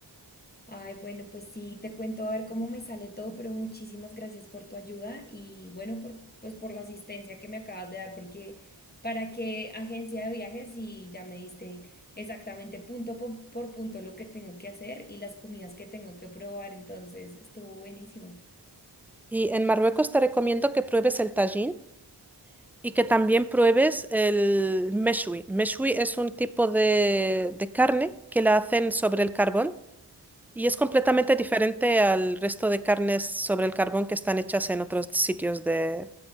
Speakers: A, on the left (about 20°); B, in the centre.
A: Ay, bueno, pues sí, te cuento a ver cómo me sale todo, pero muchísimas gracias por tu ayuda y bueno, por, pues por la asistencia que me acabas de dar, porque para qué agencia de viajes y ya me diste exactamente punto po- por punto lo que tengo que hacer y las comidas que tengo que probar, entonces estuvo buenísimo.
B: Y en Marruecos te recomiendo que pruebes el tajín, Y que también pruebes el meshwi. Meshwi es un tipo de, de carne que la hacen sobre el carbón y es completamente diferente al resto de carnes sobre el carbón que están hechas en otros sitios de,